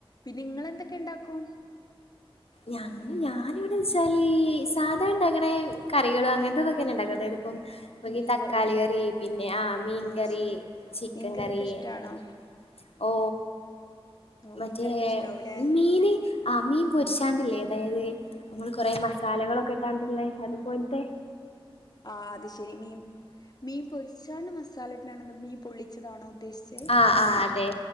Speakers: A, on the left; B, on the left.
A: പിന്നെ ഇങ്ങളെന്തെക്കെ ഇണ്ടാക്കും?
B: ഞങ്ങ് ഞാനിവിടെ വെച്ചാല് സാധ ഉണ്ടാക്കുന്ന കറികള് അങ്ങനത്തെതൊക്കെ ഞാൻ ഉണ്ടാക്കും അതായത് അപ്പം നമ്മക്കീ
A: മീൻകറി
B: തക്കാളി കറി പിന്നെ ആഹ് മീൻ
A: അത്
B: കറി
A: ശരി
B: ചിക്കൻ
A: മീൻകറിയൊക്കെ
B: കറി
A: ഇഷ്ടാണോ
B: അങ്ങനെ ഓ
A: ഓ
B: മറ്റേ
A: മീൻകറിയൊക്കെ ഇഷ്ടാവൂല്ലേ
B: മീന് ആ മീൻ പൊരിച്ചാണ്ടില്ലേ അതായത് നമ്മള് കൊറേ മസാലകളൊക്കെ ഇട്ടാണ്ടുള്ളേ അത് പോല്ത്തെ
A: ആ അത് ശരി മീൻ മീൻ പൊരിച്ചാണ്ട് മസാല <unintelligible> മീൻ പൊള്ളിച്ച താണോ ഉദ്ദേശിച്ചേ
B: ആഹ് ആഹ് അതെ